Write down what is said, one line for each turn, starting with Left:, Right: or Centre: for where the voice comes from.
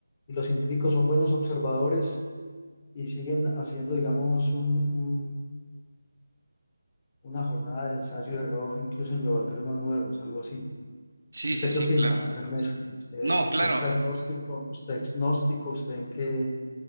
Left: y los científicos son buenos observadores y siguen haciendo, digamos, un, un, una jornada de ensayo-error, incluso en los laboratorios más modernos, algo así.
Right: sí,
Left: ¿Usted
Right: sí, sí,
Left: qué opina,
Right: claro.
Left: Ernesto? ¿Usted,
Right: No,
Left: usted
Right: claro.
Left: es agnóstico? ¿Usted es agnóstico? ¿Usted en qué?